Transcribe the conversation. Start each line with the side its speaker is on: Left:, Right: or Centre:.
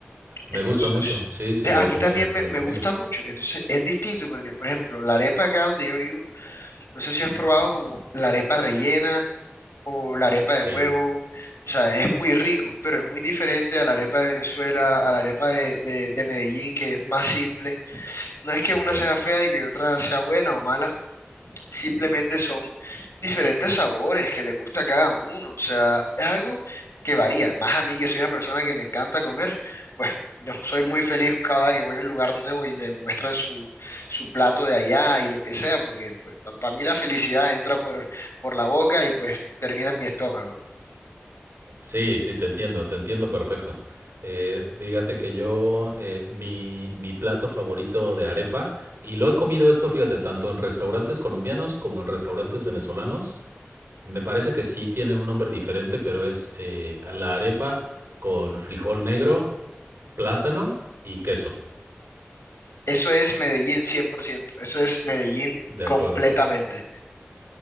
Right: Me
Left: Entonces,
Right: gusta mucho. Sí, sí
Left: eh,
Right: lo
Left: a
Right: he
Left: mí
Right: comido,
Left: también me,
Right: lo he
Left: me
Right: comido.
Left: gusta mucho. Entonces, es distinto porque, por ejemplo, la arepa acá donde yo vivo, no sé si has probado como la arepa rellena o la arepa
Right: Sí.
Left: de huevo. O sea, es muy rico, pero es muy diferente a la arepa de Venezuela, a la arepa de, de de Medellín, que es más simple. No es que
Right: Ok.
Left: una sea fea y que otra sea buena o mala Simplemente son diferentes sabores que le gusta a cada uno. O sea, es algo que varía. Más a mí que soy una persona que me encanta comer, pues yo soy muy feliz cada que voy a un lugar nuevo y me muestran su, su plato de allá y lo que sea, porque pues para mí la felicidad entra por, por la boca y pues termina en mi estómago.
Right: Sí, sí, te entiendo, te entiendo perfecto. Eh, fíjate que yo, eh, mi, mi plato favorito de arepa, y lo he comido esto, fíjate, tanto en restaurantes colombianos como en restaurantes venezolanos, me parece que sí tiene un nombre diferente, pero es eh, a la arepa con frijol negro, plátano y queso.
Left: Eso es Medellín cien por ciento Eso es Medellín
Right: De
Left: completamente.
Right: acuerdo.